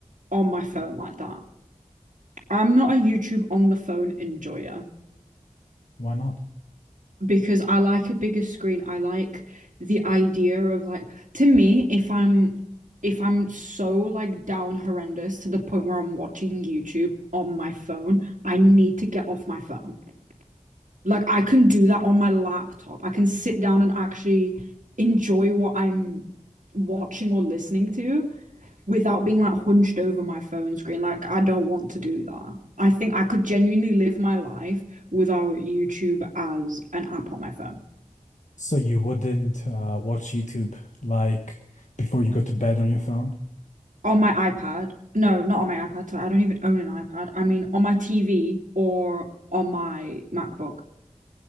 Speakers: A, on the right (about 75°); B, on the left (about 65°).
A: on my phone like that. I'm not a YouTube on the phone enjoyer.
B: Why not?
A: because I like a bigger screen. I like the idea of like to me, if I'm if I'm so like down horrendous to the point where I'm watching YouTube on my phone, I need to get off my phone. Like I can do that on my laptop. I can sit down and actually enjoy what I'm watching or listening to without being like hunched over my phone screen. Like I don't want to do that. I think I could genuinely live my life without YouTube as an app on my phone.
B: So you wouldn't uh, watch YouTube like before you go to bed on your phone?
A: on my iPad. No, not on my iPad. Sorry, I don't even own an iPad. I mean, on my TV or on my MacBook